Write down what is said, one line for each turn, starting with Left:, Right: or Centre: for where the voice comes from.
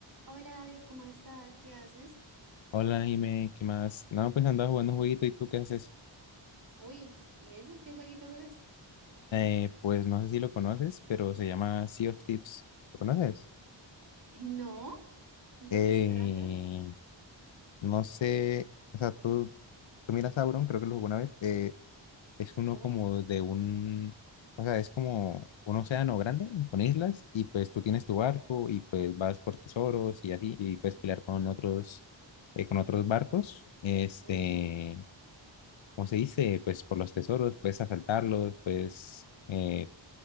Right: Hola David, ¿cómo estás? ¿Qué haces?
Left: Hola, Jime, ¿qué más? No, pues andaba jugando un jueguito y tú qué haces.
Right: Uy, ¿y eso? ¿Qué jueguito juegas?
Left: Eh, pues no sé si lo conoces, pero se llama Sea of Tips. ¿Lo conoces?
Right: <laughs> ¿No? ¿De
Left: Eh,
Right: qué se trata?
Left: no sé, o sea, tú, tú miras Sauron, creo que lo jugó una vez. eh, es uno
Right: Oh,
Left: como de un, o sea, es como un océano grande con islas y pues tú tienes tu barco y pues vas por tesoros y así y puedes pelear con otros, eh, con otros barcos. Este
Right: eh,
Left: ¿cómo se dice? Pues por los tesoros, puedes asaltarlos, puedes eh,